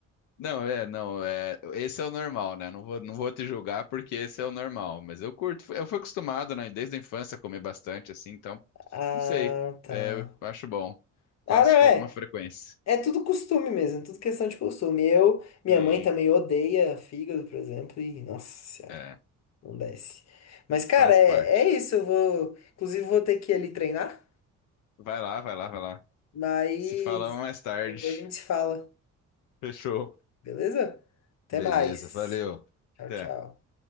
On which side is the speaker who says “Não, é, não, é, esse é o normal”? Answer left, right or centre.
Left